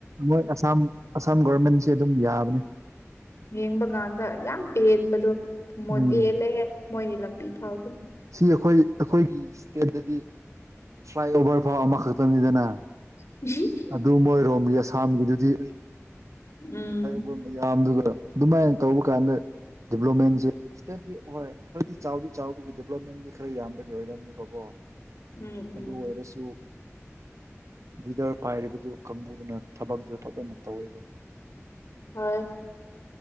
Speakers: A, on the right; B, on the left.
A: ꯃꯣꯏ ꯑꯁꯥꯝ ꯑꯁꯥꯝ ꯒꯣꯔꯃꯦꯟꯁꯦ ꯑꯗꯨꯝ ꯌꯥꯕꯅꯦ
B: ꯌꯦꯡꯕ ꯀꯥꯟꯗ ꯌꯥꯝ ꯄꯦꯟꯕꯗꯣ ꯊꯃꯣꯏ
A: ꯎꯝ
B: ꯄꯦꯜꯂꯦꯍꯦ ꯃꯣꯏꯒꯤ ꯂꯝꯕꯤ ꯐꯥꯎꯗꯤ
A: ꯁꯤ ꯑꯩꯈꯣꯏ ꯑꯩꯈꯣꯏꯒꯤ ꯏꯁꯇꯦꯠꯇꯗꯤ ꯐ꯭ꯂꯥꯏ ꯑꯣꯚꯔ ꯐꯥꯎ ꯑꯃꯈꯛꯇꯅꯤꯗꯅ
B: <unintelligible>
A: ꯑꯗꯨ ꯃꯣꯏꯔꯣꯝꯒꯤ ꯑꯁꯥꯝꯒꯤꯗꯨꯗꯤ
B: ꯎꯝ
A: ꯃꯌꯥꯝꯗꯨꯒ ꯑꯗꯨꯃꯥꯏꯅ ꯇꯧꯕ ꯀꯥꯟꯗ ꯗꯗꯤꯕꯂꯞꯃꯦꯟꯁꯦ ꯏꯁꯇꯦꯗꯤ ꯑꯣꯏ ꯈꯔꯗꯤ ꯆꯥꯎꯗꯤ ꯆꯥꯎ ꯗꯦꯕꯂꯞꯃꯦꯟꯗꯤ ꯈꯔ ꯌꯥꯝꯕꯒꯤ ꯑꯣꯏꯔꯝꯅꯦꯕꯀꯣ
B: ꯎꯝ
A: ꯑꯗꯨ
B: ꯎꯝ
A: ꯑꯣꯏꯔꯁꯨ ꯂꯤꯗꯤꯗꯔ ꯄꯥꯏꯔꯤꯕꯗꯨ ꯀꯥꯡꯕꯨꯗꯨꯅ ꯊꯕꯛꯇꯨ ꯐꯞꯖꯅ ꯇꯧꯋꯦꯕ
B: ꯍꯣꯏ